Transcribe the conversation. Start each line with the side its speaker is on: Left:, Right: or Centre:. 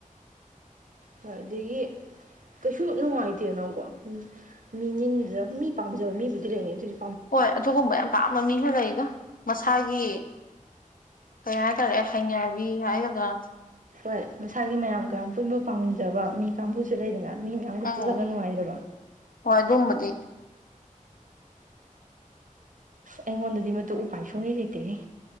Right: ꯍꯣꯏ ꯑꯗꯥꯒꯤ ꯀꯩꯁꯨ ꯅꯨꯡꯉꯥꯏꯇꯦꯅꯀꯣ ꯎꯝ ꯃꯤꯅꯤꯟꯗꯨ ꯃꯤ ꯄꯥꯝꯖꯕ ꯃꯤꯕꯨꯗꯤ ꯂꯩꯅꯤ ꯑꯗꯨꯏ
Left: ꯍꯣꯏ ꯑꯗꯨꯒꯨꯝꯕ ꯌꯥꯝ ꯄꯥꯝꯕ ꯃꯤꯁꯨ ꯂꯩꯗꯥ ꯃꯁꯥꯒꯤ ꯀꯩ ꯍꯥꯏꯇꯥꯔꯦ ꯍꯩꯅꯕꯤ ꯍꯥꯏꯒꯗ꯭ꯔꯥ
Right: ꯍꯣꯏ ꯃꯁꯥꯒꯤ ꯃꯌꯥꯝ ꯒꯥꯌꯥꯝ ꯄꯨꯟꯕ ꯄꯥꯝꯖꯕ ꯃꯤ ꯀꯥꯡꯕꯨꯁꯨ ꯂꯩꯗꯅ ꯃꯤ ꯃꯌꯥꯝꯒꯥ
Left: ꯑꯥ
Right: ꯄꯨꯜꯂꯒꯥ ꯅꯨꯡꯉꯥꯏꯖꯕ
Left: ꯍꯣꯏ ꯑꯗꯨꯝꯕꯗꯤ
Right: ꯑꯩꯉꯣꯟꯗꯥꯗꯤ ꯃꯗꯨ ꯎꯄꯥꯏ ꯁꯨꯡꯂꯩ ꯂꯩꯇꯦꯍꯦ